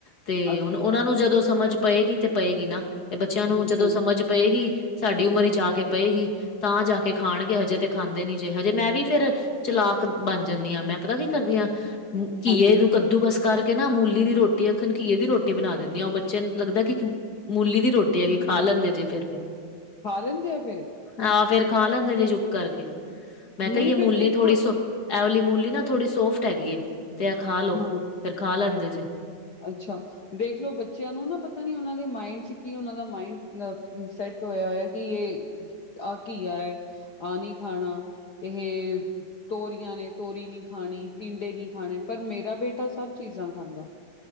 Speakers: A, on the left; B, on the left.
A: ਤੇ
B: ਅੱਛਾ
A: ਹੁਣ ਉਹਨਾਂ ਨੂੰ ਜਦੋ ਸਮਝ ਪਏਗੀ ਤੇ ਪਏਗੀ ਨਾ ਤੇ ਬੱਚਿਆਂ ਨੂੰ
B: ਬਿਲਕੁਲ
A: ਜਦੋ ਸਮਝ ਪਏਗੀ ਸਾਡੀ ਉਮਰ ਇਚ ਆ ਕੇ ਪਏਗੀ ਤਾਂ ਜਾ ਕੇ ਖਾਣਗੇ ਹਜੇ ਤੇ ਖਾਂਦੇ ਨੀ ਜੇ ਹਜੇ ਮੈਂ ਵੀ ਫੇਰ ਚਲਾਕ ਬਣ ਜਾਨੀ ਆ ਮੈ ਪਤਾ ਕੀ ਕਰਦੀਆਂ, ਘੀਏ
B: ਹਾਂਜੀ
A: ਨੂੰ ਕਦੂ ਕਸ ਕਰਕੇ ਨਾ ਮੂਲੀ ਦੀ ਰੋਟੀ ਅਖਣ ਘੀਏ ਦੀ ਰੋਟੀ ਬਣਾ ਦੇਣੀ ਆ ਉਹ ਬੱਚਿਆਂ ਨੂੰ ਲਗਦਾ ਕਿ ਮੂਲੀ ਦੀ ਰੋ ਕੀ ਐਗੀ, ਖਾ ਲੈਂਦੇ ਜੇ ਫਿਰ ਮੇ,
B: ਖਾ ਲੈਂਦੇ ਆ ਫਿਰ?
A: ਆਹ ਫੇਰ ਖਾ ਲੈਂਦੇ ਜੇ ਚੁੱਪ ਕਰਕੇ ਮੈ ਕਿਆ
B: ਨਹੀਂ
A: ਯੇ
B: ਫਿਰ
A: ਮੂਲੀ
B: ਦੇਖੋ
A: ਥੋੜੀ ਸੋ ਐਵਾਲੀ ਮੂਲੀ ਨਾ ਥੋੜੀ ਸੋਫਟ ਹੈਗੀ ਏ ਤੇ ਐ ਖਾ ਲੋ,
B: ਹਾਂ,
A: ਫੇਰ ਖਾ ਲੈਂਦੇ ਜੇ।
B: ਅੱਛਾ, ਦੇਖਲੋ ਬੱਚਿਆਂ ਨੂੰ ਨਾ ਪਤਾ ਨੀ ਉਹਨਾਂ ਦੇ ਮਾਇਂਡ ਚ ਕੀ ਉਹਨਾਂ ਦਾ ਮਾਇਂਡ ਨਾ ਸੈਟ ਟੋਇਆ ਹੋਇਆ ਕਿ ਇਹ ਆਹ ਘੀਆ ਐ, ਆਹ ਨੀ ਖਾਣਾ ਇਹ ਤੋਰੀਆਂ ਨੇ, ਤੋਰੀ ਨੀ ਖਾਣੀ, ਟਿਂਡੇ ਨੀ ਖਾਣੇ ਪਰ ਮੇਰਾ ਬੇਟਾ ਸਬ ਚੀਜ਼ਾ ਖਾਂਦਾ।